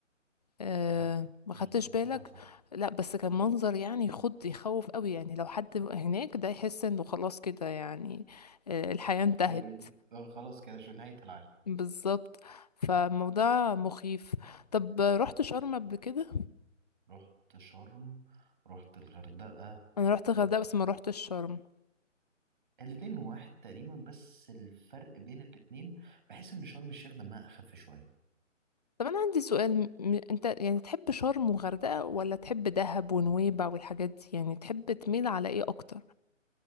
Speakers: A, on the left; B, on the right.
A: آه،
B: لا
A: ما
B: مش
A: خدتش
B: دي ايه
A: بالك
B: اللي حصل
A: لا بس كان منظر يعني يخض يخوف قوي يعني لو حد هناك ده يحس انه خلاص كده يعني آه، الحياة انتهت
B: الإيه؟ آه، خلاص كده شو نهاية العالم
A: بالظبط فالموضوع مخيف طب آه، رحت شرم قبل كده
B: رحت شرم رحت الغردقة
A: انا رحت
B: و...
A: الغردقة بس ما رحتش شرم
B: الاتنين واحد تقريبا بس الفرق بين الاتنين بحس ان شرم الشيخ دمها اخف شوية
A: طب انا عندي سؤال م... م- انت يعني تحب شرم وغردقة ولا تحب دهب ونويبع والحاجات دي يعني تحب تميل على ايه اكتر